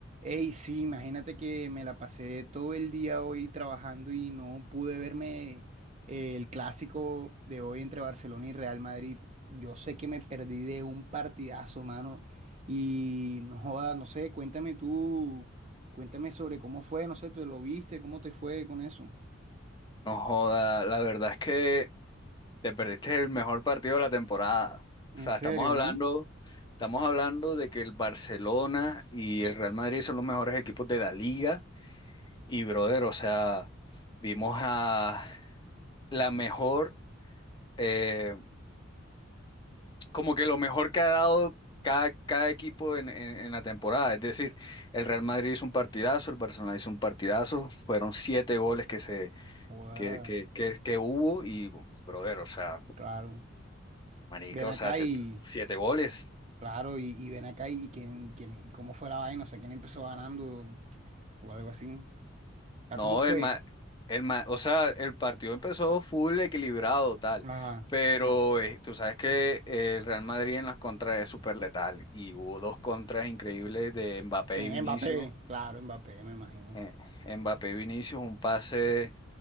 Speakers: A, on the right; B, on the left.
A: Ey, sí, imagínate que me la pasé todo el día hoy trabajando y no pude verme eh, el clásico de hoy entre Barcelona y Real Madrid. Yo sé que me perdí de un partidazo, mano. Y no joda, no sé, cuéntame tú, cuéntame sobre cómo fue, no sé, ¿te lo viste? ¿Cómo te fue con eso?
B: No joda, la verdad es que te perdiste el mejor partido de la temporada. O
A: En
B: sea,
A: serio,
B: estamos hablando,
A: ¿eh?
B: estamos hablando de que el Barcelona y el Real Madrid son los mejores equipos de la liga. Y brother, o sea, vimos a la mejor, eh, como que lo mejor que ha dado cada, cada equipo en, en en la temporada. Es decir, el Real Madrid hizo un partidazo, el Barcelona hizo un partidazo, fueron siete goles que se
A: Guau,
B: que, que, que, que hubo y, brother, o sea,
A: claro.
B: Marica,
A: Ven
B: o
A: acá
B: sea, te-
A: y,
B: siete goles.
A: claro, y, y ven acá y, quién, quién, y cómo fue la vaina, o sea, quién empezó ganando o algo así. O sea,
B: No,
A: ¿cómo fue?
B: el ma, el ma- o sea, el partido empezó full equilibrado, tal.
A: Ajá.
B: Pero eh, tú sabes que el Real Madrid en las contras es súper letal. Y hubo dos contras increíbles de Mbappé
A: ¿Quién?
B: y Vinicius.
A: Mbappé, claro, Mbappé, me imagino.
B: Eh, Mbappé y Vinicius, un pase.